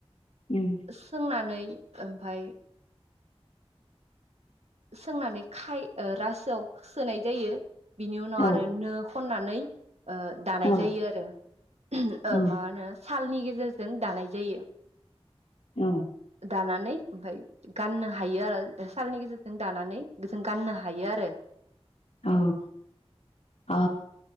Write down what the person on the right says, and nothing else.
सोंनानै ओमफाय सोंनानै खाय ओ रासोआव सोनाय जायो। बिनि उनाव
आरो नो खननानै ओ दानाय
जायो आरो <unintelligible> ओ
मा होनो थालनि गेजेरजों दानाय जायो।
जानानै ओमफ्राय गाननो हायो आरो सालनि गेजेरजों। जों दानानै बेजों गाननो हायो आरो।